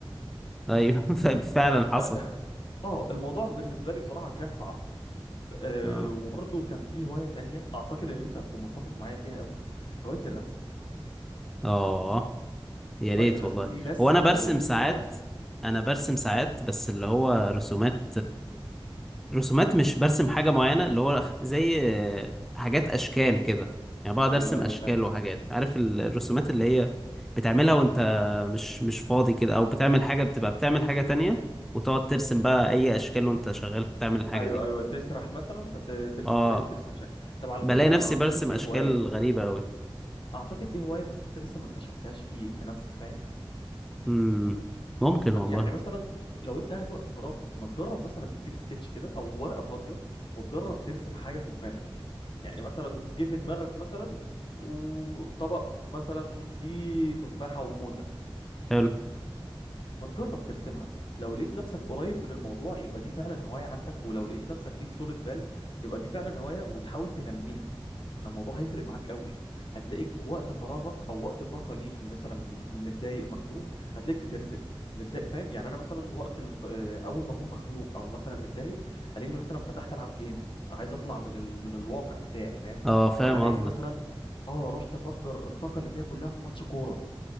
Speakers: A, in the centre; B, on the left.
A: ايوه <laughs> فعلا حصل
B: ف... <laughs> اه الموضوع بالنسبه لي بصراحه كان صعب أه
A: اه
B: وبرضه كان في هوايه تانية اعتقد ان انت هتكون متفق معايا فيها قوي هوايه الرسم
A: اه يا ريت
B: هواية الرسم
A: والله
B: دي ناس
A: هو انا
B: مزاجية
A: برسم ساعات
B: قوي
A: انا برسم ساعات بس اللي هو رسومات رسومات مش برسم حاجة معينة اللي هو زي حاجات اشكال كده يعني بقعد
B: ايوه
A: ارسم
B: ايوه
A: اشكال
B: فاهم
A: وحاجات عارف الرسومات اللي هي بتعملها وانت مش مش فاضي كده او بتعمل حاجة بتبقى بتعمل حاجة تانية وتقعد ترسم بقى اي اشكال وانت شغال بتعمل الحاجة
B: ايوه
A: دي
B: ايوه تسرح مثلا فترسم
A: اه
B: تلاقيك بترسم شكل طب على
A: بلاقي
B: فكره
A: نفسي
B: انا اعتقد
A: برسم
B: دي
A: اشكال
B: هوايه
A: غريبة اوي
B: اعتقد دي هوايه بس انت لسه ما اكتشفتهاش في في نفسك فاهم
A: امم ممكن
B: م-
A: والله
B: يعني مثلا لو انت قاعد وقت فراغ ما تجرب مثلا تجيب سكتش كده او ورقه فاضيه وتجرب ترسم حاجه في دماغك يعني مثلا جه في دماغك مثلا وطبق مثلا فيه تفاحه وموزه
A: حلو
B: ما تجرب ترسمها لو لقيت نفسك قريب من الموضوع يبقى دي فعلا هواية عندك ولو لقيت نفسك ليك طولة بال يبقى دي فعلا هواية وتحاول تنميها ان الموضوع هيفرق معاك قوي هتلاقيك وقت فراغك او وقت طاقة ليك مثلا متضايق مخنوق هتلاقيك بترسم متضايق فاهم يعني انا مثلا وقت الف... آه، اول ما اكون مخنوق او مثلا متضايق الاقيني مثلا فتحت العب جيم عايز اطلع من ال... من الواقع بتاعي فاهم
A: اه فاهم
B: الاقيني
A: قصدك
B: مثلا اه رحت افجر الطاقة اللي فيها كلها في ماتش كورة